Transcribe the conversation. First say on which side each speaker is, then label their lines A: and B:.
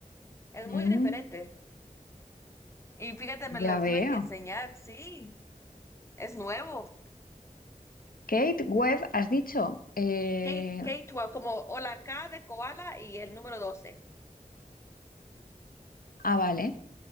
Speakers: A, on the left; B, on the left.
A: Es
B: Mm,
A: muy diferente. Y fíjate, me
B: ya
A: lo
B: veo.
A: tuve que enseñar, sí, es nuevo.
B: Kate Webb, has dicho. Eh,
A: K, K12, como o la K de koala y el número doce
B: ah, vale,